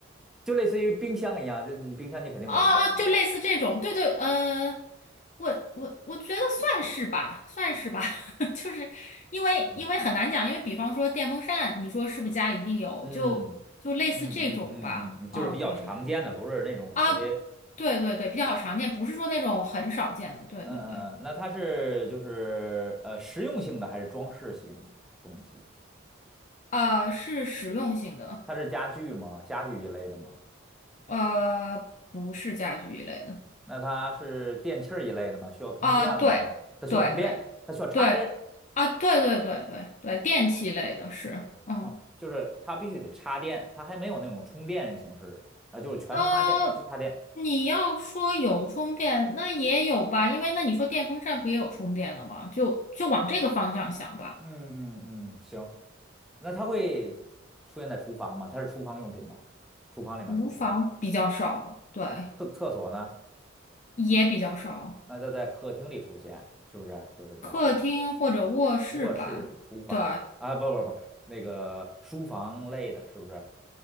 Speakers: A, in the centre; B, on the left (about 40°).
A: 就类似于冰箱一样，就是你冰箱你肯定每个家里都有。
B: 哦哦，就类似这种，对对，呃，我我我觉得算是吧，算是吧，<laughs> 就是因为因为很难讲，
A: 嗯
B: 因为比方说电风扇，你说是不是家里一定有，
A: 嗯
B: 就就类似这种吧，
A: 嗯嗯嗯嗯，嗯就是比较常见的，
B: 嗯，对对对，
A: 不是那种特别。
B: 啊，对对对，比较常见，不是说那种很少见的，对对对，
A: 嗯嗯，嗯那它是就是呃实用性的还是装饰性的东西？
B: 啊，是实用性的，
A: 它是家具吗？家具一类的吗？
B: 呃，不是家居一类的，
A: 那它是电器儿一类的吗？需要通电吗？
B: 啊，对对对对，
A: 它需要通电，它需要插电
B: 啊，对对对对对，电器类的是，嗯。
A: 哦，就是它必须得插电，它还没有那种充电形式啊，就是全插电，
B: 呃，
A: 必须插电。
B: 你要说有充电，那也有吧，因为那你说电风扇不也有充电的吗？就就往这个方向想吧。
A: 嗯嗯嗯，行，那它会出现在厨房吗？它是厨房用品吗？厨房里面的东西吗
B: 厨房比较少，对，
A: 厕厕所呢？
B: 也比较少。
A: 那它在客厅里出现，是不是？就是在
B: 客厅或者卧室吧，
A: 卧室、厨房啊，
B: 对，
A: 不不不，那个书房类的，是不是？